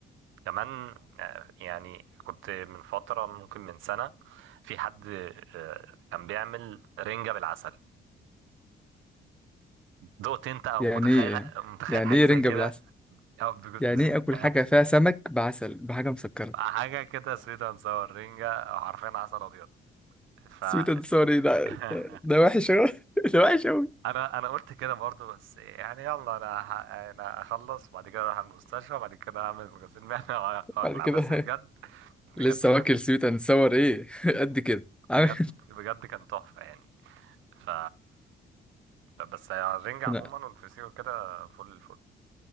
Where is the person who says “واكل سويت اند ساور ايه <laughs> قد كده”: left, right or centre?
Centre